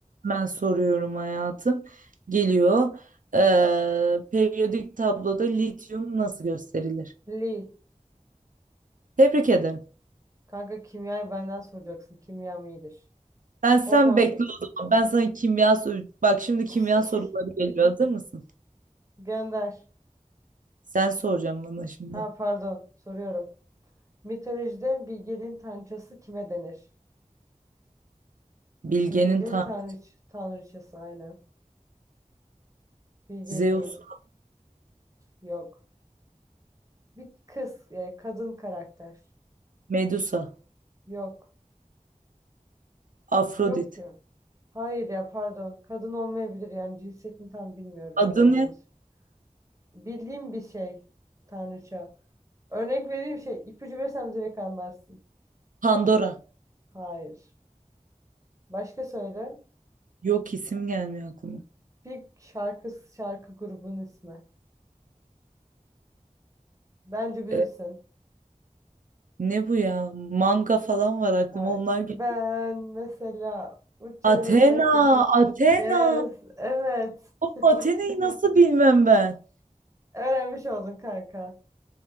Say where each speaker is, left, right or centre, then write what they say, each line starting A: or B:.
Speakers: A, on the right (about 75°); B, on the right (about 25°).
A: Ben soruyorum hayatım. Geliyor. Ee, periyodik tabloda lityum nasıl gösterilir?
B: Lee.
A: Tebrik ederim.
B: Kanka kimyayı benden soracaksın. Kimyam iyidir.
A: Ben sen
B: O konuda.
A: bekle o zaman. Ben sana kimya sor- Bak şimdi
B: <laughs>
A: kimya soruları geliyor. Hazır mısın?
B: Gönder.
A: Sen soracaksın bana şimdi.
B: Ha pardon. Soruyorum. Mitolojide bilgeliğin tanrıçası kime denir?
A: Bilge'nin
B: Bilgeliğin
A: tanrı
B: tanrıç tanrıçası aynen. Bilgeliğin.
A: Zeus,
B: Yok. Bir kız, e, kadın karakter.
A: Medusa,
B: Yok.
A: Afrodit.
B: Yok ya. Hayır ya pardon. Kadın olmayabilir yani cinsiyetini tam bilmiyorum
A: Adı
B: yalan olmasın.
A: ne?
B: Bildiğim bir şey tanrıça. Örnek vereyim şey ipucu versem direkt anlarsın.
A: Pandora.
B: Hayır. Başka söyle.
A: Yok isim gelmiyor aklıma.
B: Bir şarkı şarkı grubunun ismi. Bence bilirsin.
A: Ee, ne bu ya? Manga falan var aklıma
B: Hayır.
A: onlar geliyor.
B: Ben mesela uçarım
A: Athena,
B: mesela.
A: Athena.
B: Yes. Evet. <laughs>
A: Atene'yi nasıl bilmem ben?
B: Öğrenmiş oldun kanka.